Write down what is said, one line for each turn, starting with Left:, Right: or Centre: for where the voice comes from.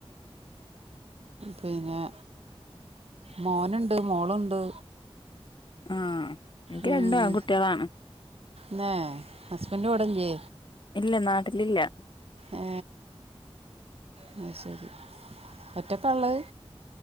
Right: പിന്നെ മോനെണ്ട് മോളുണ്ട്
Left: ആ എനിക്ക്
Right: ഉം
Left: രണ്ടു ആങ്കുട്ടികളാണ്
Right: ന്നേ ഹസ്ബൻഡ് കൂടെയില്ലേ
Left: ഇല്ല നാട്ടിലില്ല
Right: ഏ അത് ശരി ഒറ്റക്ക എള്ളത്